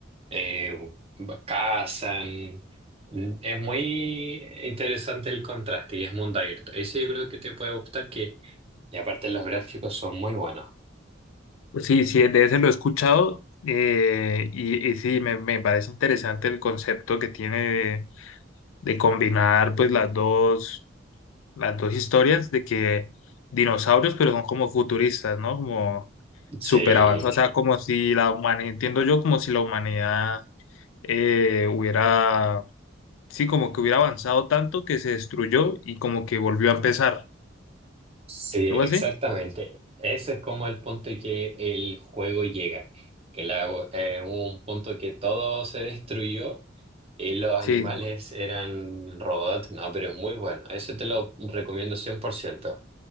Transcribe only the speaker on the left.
pues sí, sí, de ese lo he escuchado. eh, y, y sí, me, me parece interesante el concepto que tiene de combinar pues las dos, las dos historias de que dinosaurios, pero son como futuristas, ¿no? Como
súper avanzados, o sea, como si la humanidad, entiendo yo, como si la humanidad eh, hubiera, sí, como que hubiera avanzado tanto que se destruyó y como que volvió a empezar,
algo así,
sí,